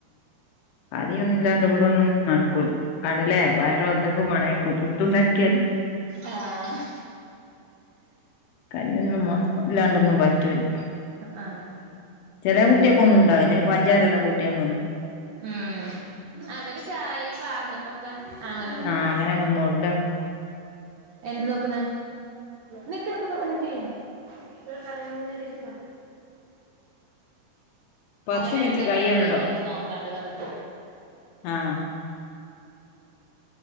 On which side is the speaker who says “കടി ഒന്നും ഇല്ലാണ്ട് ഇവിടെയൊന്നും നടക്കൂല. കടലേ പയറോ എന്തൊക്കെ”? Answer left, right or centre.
Left